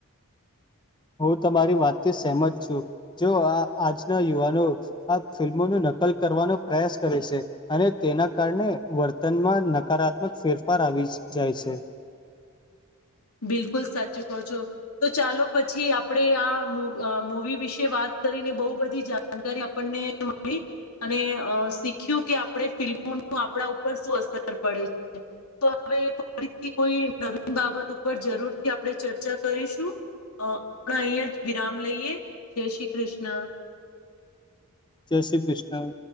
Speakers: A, on the left; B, on the left.
A: <inaudible> હું તમારી વાતથી સેહમત છું, જો આ આજના યુવાનો આ ફિલ્મોનું નકલ કરવાનો પ્રયાસ કરે છે, અને તેના કારણે વર્તનમાં નકારાત્મક ફેરફાર આ આવી જાય છે,
B: બિલકુલ સાચું કહો છો. તો ચાલો પછી આપરે આ મુવી વિશે વાત કરીને બો બધી જાણકારી આપણને મળી અને શીખ્યું કે આપણે ફિલ્મો આપરા ઉપર શું અસર પડે છે, તો હવે ફરીથી કોઈ નવીન બાબતો ઉપર જરૂરથી આપરે ચર્ચા કરીશું. અ આપરે અહીયાં જ વિરામ લઈએ જય શ્રી કૃષ્ણા.
A: જય શ્રી કૃષ્ણા.